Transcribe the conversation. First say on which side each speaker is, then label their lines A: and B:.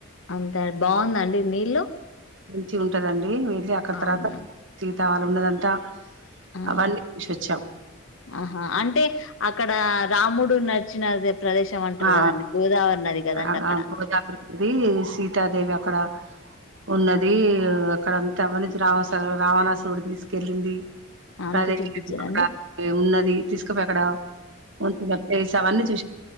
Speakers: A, on the left; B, on the right.
A: అంత బాగుందండి నీళ్ళు
B: మంచిగ ఉంటదండి వెళ్ళి అక్కడ
A: అవునా
B: తర్వాత సితావాలి ఉన్నదంట
A: ఆ
B: అవన్ని చూశాం
A: ఆహా అంటే అక్కడ రాముడు నచ్చినది ప్రదేశం అంటరు
B: ఆ
A: కదండి గోదావరి నది కదండి
B: <unintelligible>
A: అక్కడ
B: సీతాదేవి అక్కడ ఉన్నది అక్కడంతా అవనించి రావాస రావణాసురుడు తీసుకెళ్ళింది.
A: అంత
B: ప్రదేశ
A: చూపించారండి
B: <unintelligible> ఒక ఉన్నది తీసుకపోయి అక్కడ ఉన్న ప్లేస్ అవన్నీ